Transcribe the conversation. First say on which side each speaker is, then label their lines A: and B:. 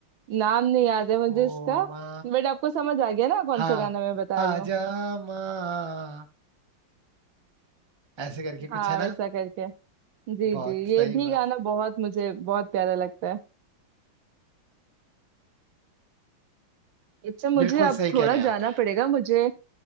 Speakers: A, on the right; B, on the right.
A: नाम नहीं याद है मुझे
B: ओ
A: इसका
B: माँ
A: बट आपको समझ आ गया ना कौन
B: हाँ
A: सा गाना मैं बता
B: आ
A: रही हूँ
B: जा माँ ऐसे करके कुछ
A: हाँ
B: है ना
A: वैसा करके जी
B: बहुत
A: जी ये
B: सही
A: भी
B: बस
A: गाना बहुत मुझे बहुत प्यारा लगता है अच्छा मुझे
B: बिल्कुल
A: अब
B: सही कह
A: थोड़ा
B: रहे
A: जाना
B: हैं आप
A: पड़ेगा मुझे